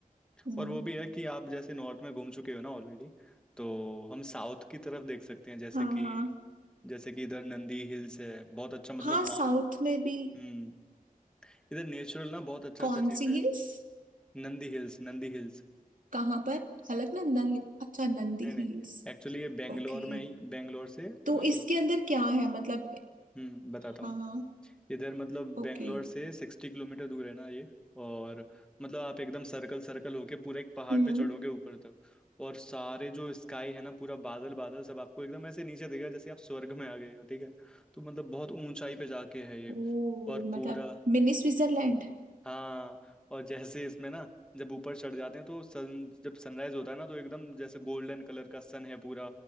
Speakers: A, on the right; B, in the centre.
A: हम्म
B: और वो भी है कि आप जैसे नॉर्थ में घूम चुके हो ना ऑलरेडी तो हम साउथ की तरफ देख सकते हैं जैसे
A: हाँ
B: कि
A: हाँ
B: जैसे कि इधर नंदी हिल्स है बहुत अच्छा मतलब
A: हाँ
B: मा-
A: साउथ में भी
B: हम्म इधर नेचुरल ना बहुत अच्छा
A: कौन
B: अच्छा चीज
A: सी
B: है
A: हिल्स
B: नंदी हिल्स नंदी हिल्स
A: कहाँ पर अलकनंदा हिल अच्छा नंदी
B: नहीं नहीं
A: हिल्स
B: एक्चुअली ये बेंगलोर
A: ओके
B: में ही बेंगलोर से अ,
A: तो इसके अंदर क्या है मतलब
B: हम्म बताता
A: हाँ
B: हूँ
A: हाँ
B: इधर मतलब
A: ओके
B: बेंगलोर से सिक्सटी किलोमीटर दूर है ना ये और मतलब आप एकदम सर्कल सर्कल होके पूरा एक पहाड़
A: हम्म
B: पे चढ़ोगे ऊपर तक और सारे जो स्काई है ना पूरा बादल बादल सब आपको एकदम ऐसे नीचे देगा जैसे आप स्वर्ग में आ गए हो ठीक है तो मतलब बहुत ऊंचाई पे जाके है ये
A: ओ
B: और
A: मतलब
B: पूरा
A: मिनी स्विट्जरलैंड
B: हाँ और जैसे इसमें ना जब ऊपर चढ़ जाते हैं तो सन जब सनराइज होता है ना तो एकदम जैसे गोल्डन कलर का सन है पूरा